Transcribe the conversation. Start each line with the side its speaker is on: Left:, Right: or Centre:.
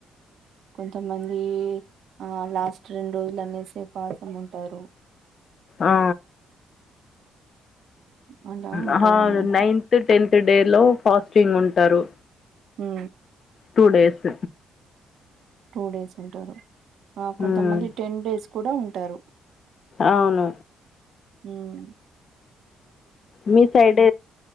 Right: కొంతమంది ఆ లాస్ట్ రెండు రోజుల్నేసే పాసం ఉంటారు
Left: ఆ
Right: అలా ఉంటారు
Left: ఆహా
Right: అన్నట్టు
Left: నైన్త్ టెన్త్ డే లో ఫాస్టింగ్ ఉంటారు
Right: హ
Left: టూ డేస్
Right: టూ డేస్ ఉంటారు ఆ కొంతమంది
Left: మ్మ్
Right: టెన్ డేస్ కూడా ఉంటారు
Left: అవును
Right: హ్మ్
Left: మీ సైడ్